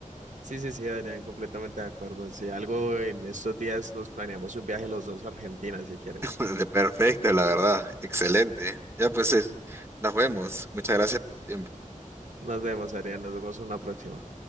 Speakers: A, on the right; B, on the right.
A: Sí, sí, sí, Adrián, completamente de acuerdo. Si algo en estos días nos planeamos un viaje los dos a Argentina, si quieres.
B: <laughs> De perfecto, la verdad, excelente. Ya pues, es- nos vemos. Muchas gracias por tu tiempo.
A: Nos vemos, Adrián, nos vemos en una próxima.